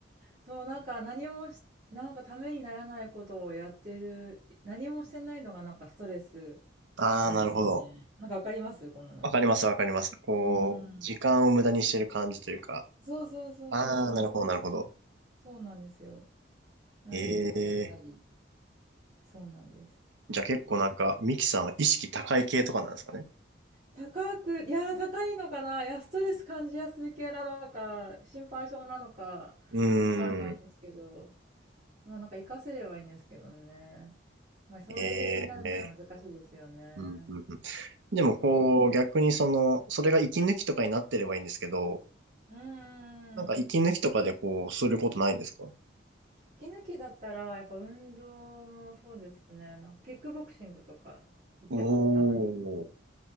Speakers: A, on the right (about 40°); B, on the right (about 70°).
A: そう、なんか何もし、なんかためにならないことをやってる、何もしてないのがなんかストレス
B: ああ、
A: なんですよね。
B: なるほど。
A: なんかわかりますこのなんか。
B: わかります、わかります。こう、
A: うん。
B: 時間を無駄にしてる感じというか。
A: そうそうそうそう。
B: ああ、なるほど、なるほど。
A: そうなんですよ。なんでこうやったり。
B: ええ
A: そうなんです。
B: じゃあ結構なんか、ミキさんは意識高い系とかなんですかね。
A: 高く、いやー高いのかないや、ストレス感じやすい系なのか、心配性なのか、
B: うーん。
A: わかんないですけど。まあなんか活かせればいいんですけどね。まあそのレベルになるには難しいですよね。
B: ええうんうんうん。
A: 仕事で。
B: でもこう、逆にその、それが息抜きとかになってればいいんですけど、
A: うー
B: なんか息抜きとかでこう、
A: ん。
B: することないんですか
A: 息抜きだったら、やっぱ運動もそうですね。なんかキックボクシングとか行ってます、
B: お
A: たまに。
B: おー。